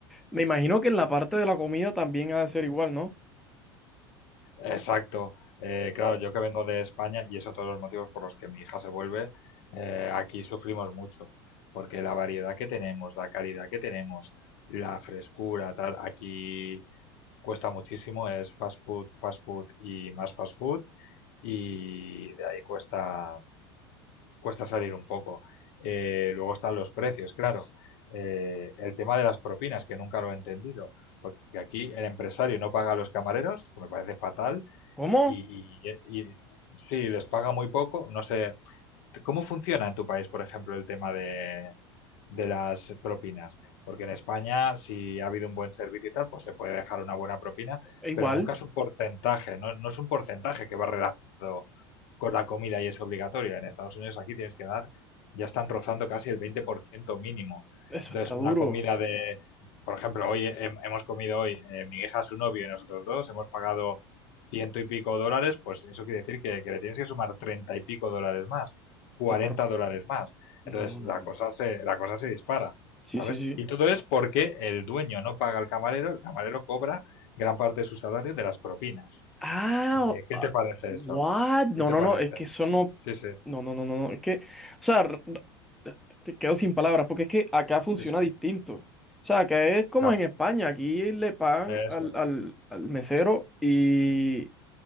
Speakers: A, in the centre; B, on the left.
A: me imagino que en la parte de la comida también ha de ser igual, ¿no?
B: Exacto. Eh, claro, yo que vengo de España, y eso todos los motivos por los que mi hija se vuelve, eh, aquí sufrimos mucho, porque la variedad que tenemos, la calidad que tenemos, la frescura, tal, aquí cuesta muchísimo, es fast food, fast food y más fast food, y de ahí cuesta, cuesta salir un poco. Eh, luego están los precios, claro. Eh, el tema de las propinas, que nunca lo he entendido, porque aquí el empresario no paga a los camareros, que me parece fatal,
A: ¿Cómo?
B: y, y, y sí, les paga muy poco. No sé, ¿cómo funciona en tu país, por ejemplo, el tema de, de las propinas? Porque en España, si ha habido un buen servicio y tal, pues se puede dejar una buena propina,
A: E Igual,
B: pero nunca es un porcentaje, no, no es un porcentaje que va redactado con la comida y es obligatoria. En Estados Unidos aquí tienes que dar, ya están rozando casi el 20% mínimo.
A: eso
B: Entonces,
A: está duro.
B: una comida de, por ejemplo, hoy hem- hemos comido hoy eh, mi hija, su novio y nosotros dos, hemos pagado ciento y pico dólares, pues eso quiere decir que, que le tienes que sumar treinta y pico dólares más, cuarenta
A: Está... r-
B: dólares más.
A: No,
B: Entonces,
A: no,
B: la
A: no.
B: cosa se, la cosa se dispara,
A: Sí,
B: ¿sabes?
A: sí, sí.
B: Y todo es porque el dueño no paga al camarero, el camarero cobra gran parte de su salario de las propinas.
A: Ah,
B: Eh,
A: o-
B: ¿qué
A: ah,
B: te parece
A: what?
B: eso?
A: No,
B: ¿Qué te
A: no,
B: parece?
A: no, es que eso no,
B: Sí, sí,
A: no, no, no, no, no, es que, o sea, r- r- te te quedo sin palabras, porque es que acá funciona
B: sí, sí,
A: distinto. O sea, acá es como
B: claro,
A: en España, aquí le pagan
B: eso
A: al, al,
B: es,
A: al mesero y